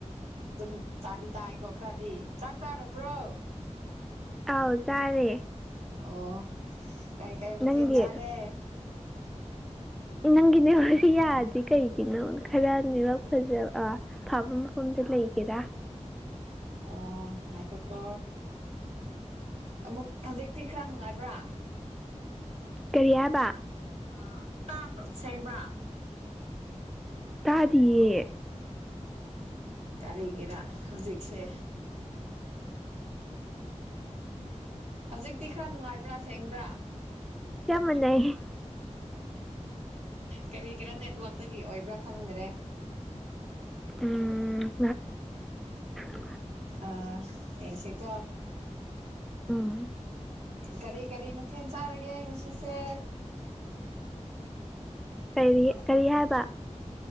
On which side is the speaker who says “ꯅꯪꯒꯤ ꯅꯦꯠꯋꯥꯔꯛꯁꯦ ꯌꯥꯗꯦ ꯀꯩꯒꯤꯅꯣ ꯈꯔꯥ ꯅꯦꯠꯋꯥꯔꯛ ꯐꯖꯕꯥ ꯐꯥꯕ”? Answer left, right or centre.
Centre